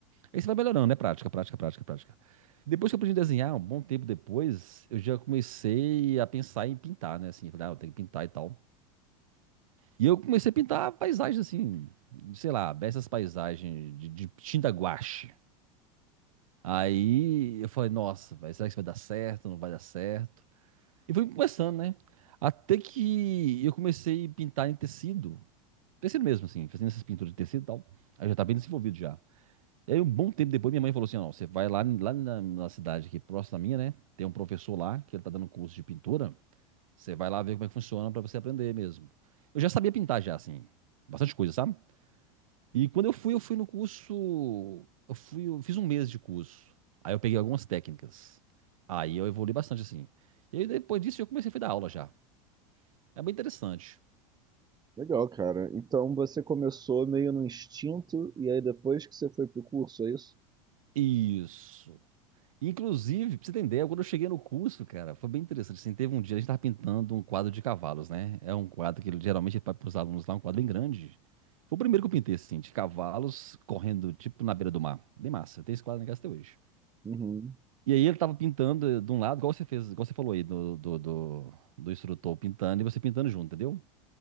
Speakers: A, on the right; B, on the right.
A: Aí você vai melhorando, né? Prática, prática, prática, prática. Depois que eu aprendi a desenhar, um bom tempo depois, eu já comecei a pensar em pintar, né? Assim, eu falei, ah, eu tenho que pintar e tal. E eu comecei a pintar paisagens assim, sei lá, essas paisagens de, de tinta guache. Aí eu falei, nossa, velho, será que isso vai dar certo? Não vai dar certo? E fui começando, né? Até que eu comecei a pintar em tecido. Tecido mesmo, assim, fazendo essas pinturas de tecido e tal. Aí já tá bem desenvolvido já. E aí, um bom tempo depois, minha mãe falou assim: não, você vai lá, lá na, na cidade aqui próxima da minha, né? Tem um professor lá que ele tá dando um curso de pintura. Você vai lá ver como é que funciona pra você aprender mesmo. Eu já sabia pintar já, assim, bastante coisa, sabe? E quando eu fui, eu fui no curso. Eu fui, eu fiz um mês de curso. Aí eu peguei algumas técnicas. Aí eu evolui bastante assim. E aí depois disso eu comecei a dar aula já. É bem interessante.
B: Legal, cara. Então você começou meio no instinto e aí depois que você foi pro curso, é isso?
A: Isso. Inclusive, pra você entender, quando eu cheguei no curso, cara, foi bem interessante. Assim, teve um dia, a gente tava pintando um quadro de cavalos, né? É um quadro que ele geralmente para os alunos lá, um quadro bem grande. Foi o primeiro que eu pintei, assim, de cavalos correndo, tipo, na beira do mar. Bem massa. Tem esse quadro na casa até hoje.
B: Uhum.
A: E aí ele tava pintando eh, de um lado, igual você fez, igual você falou aí do, do, do, do instrutor pintando e você pintando junto, entendeu?